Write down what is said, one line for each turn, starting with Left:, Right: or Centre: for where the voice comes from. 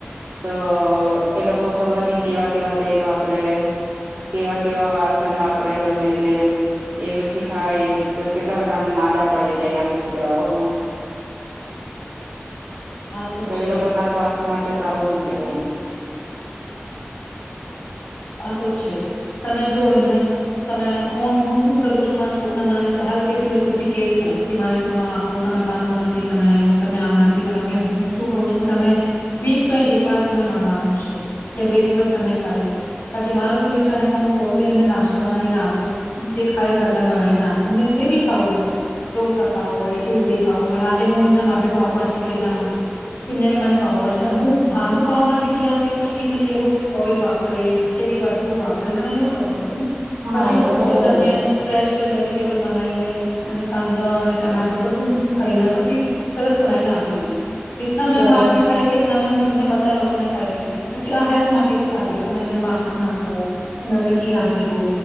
Right: તો એ લોકો ખબર નહ કેવા કેવા તેલ વાપ રે, કેવા કેવા વાસન વાપરે ગમે તેમ, એ પછી ખાય તો કેટલા બધા માદા પડી જાય આમ છોકરાઓને.
Left: આ
Right: તો
Left: છે
Right: એ લોકો ના સ્વાસ્થ્ય માટે સારું ન કેવાય એમ
Left: આ તો છે તમે જો એમને તમે હું હું શું કરું છું મારા છોકરા માને છે હાલ બે દિવસ પછી કેજ છે કે મને તો આ આપો તમે પાસ્તો નથી બનાવ્યો તમે આમ નથી બનાવ્યું કે હું શું કહું છું કે તમે વીક એક વાર તમે મળવાનું કે બે દિવસ તમે પછી મારો શું વિચાર કે હું પોતે એમને નાસ્તો બનાવીને આપું જે ખાય ઘરને બનાવીને આપું એમને જે બી ખાવું હોય ઢોસા ખાવું હોય ઈડલી ખાવું હોય આજે હું એમના માટે પાવભાજી કરીને આપી હતી એમને મને પાવ ભાજી હું ભારાન પાવભાજી ખીલાવતી પછી એમને કેવો ઓઈલ વાપર વાપરે કેવી વસ્તુ વાપરે મને એનું ખબર હોય ને
Right: હા
Left: પછી
Right: એ
Left: ઉ
Right: તો બરાબર
Left: છેે ઘર મે
Right: જ છે
Left: ફ્રેશ ફેશ વેજીિટેબલ મંગાઈને અને કાંદા અને ટમેટો બધું કરીને પછી સરસ બનાવીને આપી દીધી જેટના મેં
Right: ઘરે
Left: બારસી ખાય છે એટના મેં હું એમને બધ લોકોને ખાઈ લીધી પછી આ હેલ્થ માટે બી સારી હતી. તમે એમને માખણ નાખો તમે એમને ઘી નાખી દો